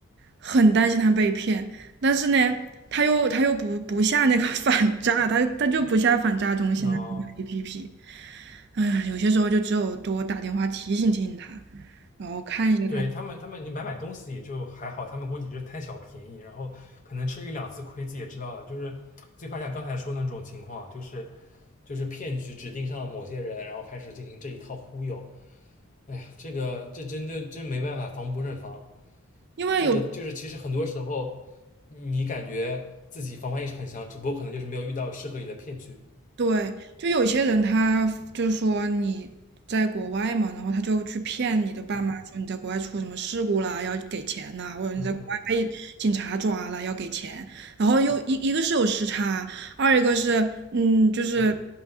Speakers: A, on the right; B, on the left.
A: 很担心他被骗，但是呢，他又他又不不下那个 <laughs> 反诈，他他就不下反诈中心的那个
B: 那、
A: APP。哎呀，有些时候就只有多打电话提醒提醒他，然后看一下他，
B: 对他们，他们你买买东西也就还好，他们估计就是贪小便宜，然后可能吃一两次亏自己也知道了。就是最怕像刚才说的那种情况，就是就是骗局指定上了某些人，然后开始进行这一套忽悠。哎，这个这真的真没办法，防不胜防。
A: 因为有
B: 这个就是其实很多时候你感觉自己防范意识很强，只不过可能就是没有遇到适合你的骗局。
A: 对，就有些人他就是说你在国外嘛，然后他就去骗你的爸妈说你在国外出什么事故啦，
B: 嗯
A: 要给钱呐、或者你在国外被警察抓了要给钱，
B: 嗯嗯，
A: 然后又一一个是有时差，二一个是嗯就是
B: 对